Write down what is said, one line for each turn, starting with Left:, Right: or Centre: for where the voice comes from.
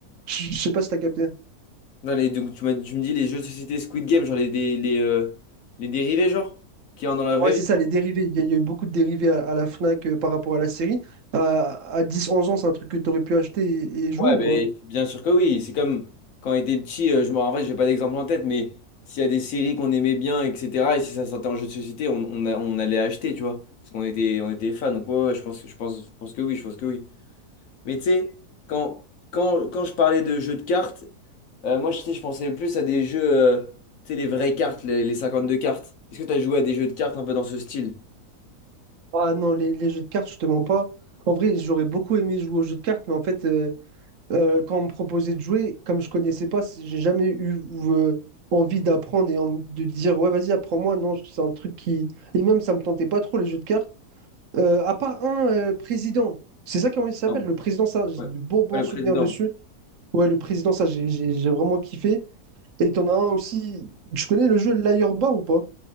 Right: Je je sais pas si tu as capté.
Left: dans les- donc, tu m'as- tu me dis les jeux de société Squid Game, genre les, les, les, euh, les dérivés, genre, qu'il y a dans la vraie
Right: Ouais, c'est
Left: vie.
Right: ça, les dérivés. Il y, a il y a eu beaucoup de dérivés à, à la Fnac euh, par rapport à la série. À, à 10-11 ans, c'est un truc que tu aurais pu acheter et, et jouer
Left: Ouais,
Right: ou
Left: mais
Right: pas?
Left: bien sûr que oui. C'est comme quand on était petit, euh, je me en vrai, j'ai pas d'exemple en tête, mais s'il y a des séries qu'on aimait bien, etc., et si ça sortait en jeu de société, on, on, a- on allait acheter, tu vois, parce qu'on était, on était fans. Donc, ouais, ouais, je pense que, je pense, je pense que oui, je pense que oui. Mais tu sais, quand, quand, quand je parlais de jeux de cartes, euh, moi, je sais, je pensais plus à des jeux, euh, tu sais, les vraies cartes, les, les 52 cartes. Est-ce que tu as joué à des jeux de cartes un peu dans ce style?
Right: Ah non, les, les jeux de cartes, justement pas. En vrai, j'aurais beaucoup aimé jouer aux jeux de cartes, mais en fait, euh, euh, quand on me proposait de jouer, comme je connaissais pas, c- j'ai jamais eu euh, envie d'apprendre et en- de dire ouais, vas-y, apprends-moi. Non, c'est un truc qui. Et même, ça me tentait pas trop les jeux de cartes. Euh, à part un euh, président, c'est ça comment il s'appelle,
Left: Non.
Right: le président, ça, j'ai
Left: Ouais,
Right: de bons bons
Left: Ouais, le
Right: souvenirs
Left: président.
Right: dessus. Ouais, le président, ça, j'ai j'ai- j'ai vraiment kiffé. Et t'en as un aussi. Tu connais le jeu Liar Bar ou pas?